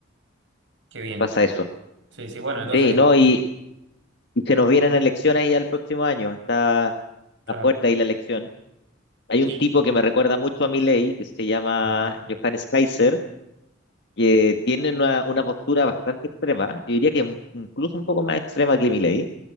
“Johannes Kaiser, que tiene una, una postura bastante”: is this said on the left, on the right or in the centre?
Left